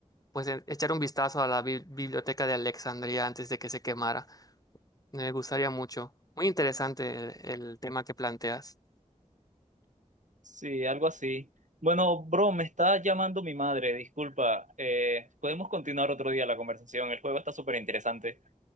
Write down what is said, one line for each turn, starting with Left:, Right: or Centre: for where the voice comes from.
Left: pues e- echar un vistazo a la bi- biblioteca de Alejandría antes de que se quemara. Me gustaría mucho. Muy interesante el, el tema que planteas.
Right: Sí, algo así. Bueno, bro, me está llamando mi madre, disculpa. Eh, podemos continuar otro día la conversación. El juego está súper interesante.